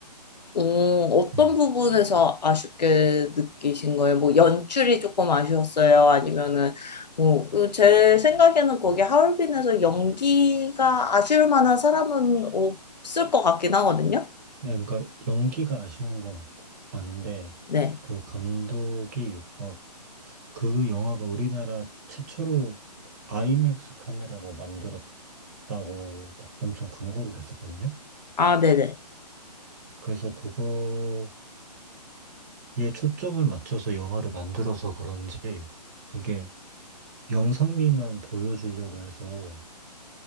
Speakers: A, on the left; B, on the right.
A: 오, 어떤
B: 음.
A: 부분에서 아쉽게 느끼신 거예요? 뭐 연출이 조금 아쉬웠어요? 아니면은 뭐, 그제 생각에는 거기 하얼빈에서 연기가 아쉬울 만한 사람은 없을 것 같긴 하거든요.
B: 그러니까 연기가 아쉬운 건 아닌데
A: 네.
B: 그 감독이 막 그 영화가 우리나라 최초로 아이맥스 카메라로 만들었다고 막 엄청 광고를 했었거든요.
A: 아, 네네.
B: 그래서 그거... 얘 초점을 맞춰서 영화를 만들어서 그런지 이게 영상미만 보여주려고 해서